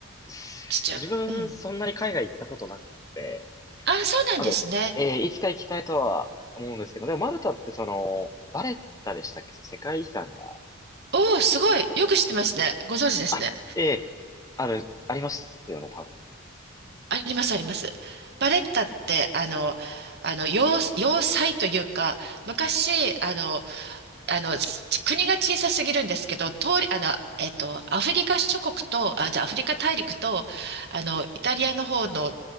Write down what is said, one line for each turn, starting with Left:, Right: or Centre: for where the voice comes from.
Left: ー、す自分そんなに海外行ったことなくて、
Right: 地中、うん。あそうなんですね。
Left: なんで、えーいつか行きたいとは思うんですけど、でもマルタってその、バレッタでしたっけその世界遺産が。
Right: おお、すごい。よく知ってますね。ご存知ですね。
Left: あ、ええある、ありますよね、多分。
Right: あります、あります。バレッタって、あの、あの、要、要塞というか、昔、あの、あの、ち国が小さすぎるんですけど、通り、あの、えっと、アフリカ諸国と、あ、じゃあアフリカ大陸と、あの、イタリアの方の